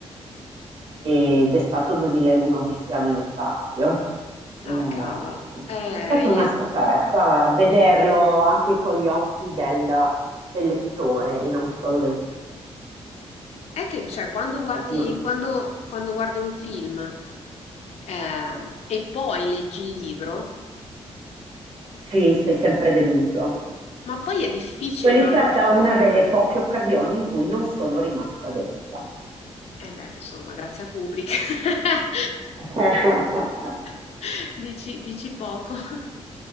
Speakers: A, on the right (about 50°); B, on the left (about 65°).
A: ed è stato 2001 Odissea nello spazio. La-
B: Ah, cavolo. Eh,
A: È stata una
B: io...
A: scoperta vederlo anche con gli occhi del, del lettore e non solo del film.
B: È che, cioè, quando
A: È stato
B: guardi,
A: un-
B: quando, quando guardi un film ehm, e poi leggi il libro,
A: Sì, sei sempre deluso.
B: ma poi è difficile
A: Quella
B: non...
A: è stata una delle poche occasioni in cui non sono rimasta delusa.
B: Eh beh, insomma, grazie a Kubrick. <laughs>
A: <laughs>
B: <laughs> Dici dici poco. <laughs>